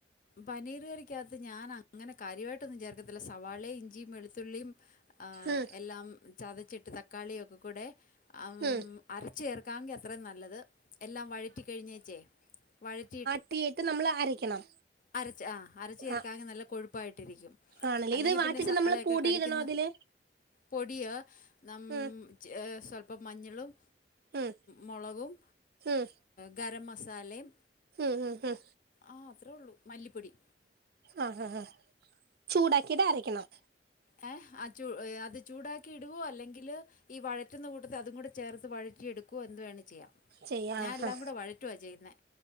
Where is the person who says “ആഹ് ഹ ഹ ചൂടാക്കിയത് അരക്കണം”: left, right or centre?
Right